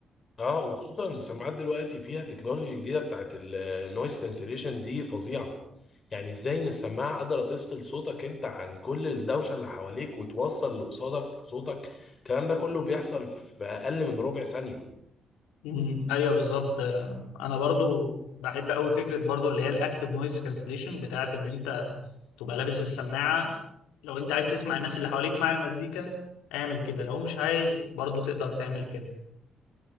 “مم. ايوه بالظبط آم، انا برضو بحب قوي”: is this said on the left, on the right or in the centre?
Left